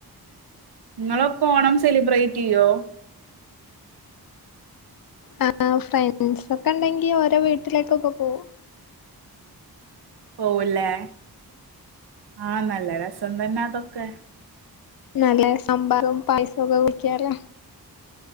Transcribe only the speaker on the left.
ആ ഫ്രണ്ട്സൊക്കെണ്ടെങ്കി ഓരെ വീട്ടിലേക്കൊക്കെ പോവും
നല്ല സമ്പാറും, പായസൊക്കെ കുടിക്കാലോ